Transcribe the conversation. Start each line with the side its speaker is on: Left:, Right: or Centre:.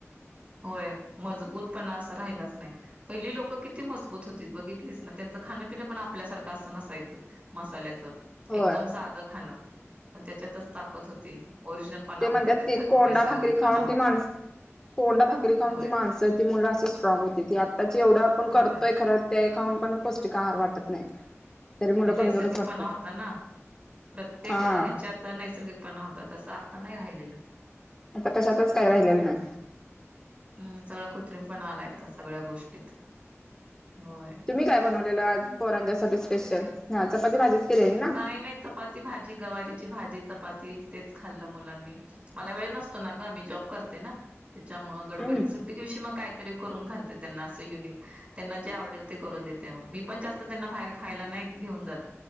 Right: होय मजबूत पना असं राहिलाच नाही. पहिली लोक किती मजबूत होती बघितलीस ना, त्यांचं खाणपिनं पण आपल्यासारखं असं नसायचं मसाल्याचं.
Left: होय
Right: एकदम साधं खाणं. पण त्याच्यातच ताकद होती. ओरिजनलपणा
Left: ते
Right: होता
Left: म्हणतात
Right: त्याच्यात
Left: ती कोंडा
Right: नैसर्गिकपणा
Left: भाकरी खाऊन
Right: होता
Left: ती माणस, कोंडा भाक भाकरी खाऊन
Right: होय.
Left: ती माणसं ती मूल अशी स्ट्राँग होती. ती आताची एवढं आपण
Right: होय
Left: करतोय खर ते काही खाऊन पण पौष्टिक आहार वाटत नाही. तरी मुलं
Right: आणि
Left: कमजोरच
Right: नैसर्गिकपणा
Left: वाटतात
Right: होता ना, प्रत्येक
Left: हा
Right: ह्याच्यात नैसर्गिकपणा होता. तसं आता नाही राहिलेलं.
Left: आता कशातच काय राहिलेल नाय.
Right: हम्म सगळा कृत्रिम पना आलाय आता सगळ्या गोष्टीत होय.
Left: तुम्ही काय बनवलेलं आज पोरांच्यासाठी स्पेशल. हा चपाती भाजीच केलेली ना
Right: काय नाही चपाती, भाजी. गवारीची भाजी, चपाती तेच. खाल्लं मुलांनी मला वेळ नसतो ना ग, मी जॉब करते ना. त्याच्यामुळं गडबडीत
Left: हम्म
Right: सुट्टी दिवशी मग काय तरी करून घालते त्यांना असं युनिक त्यांना जे आवडेल ते करून देते मग मी पण जास्त त्यांना बाहेर खायला नाही घेऊन जात.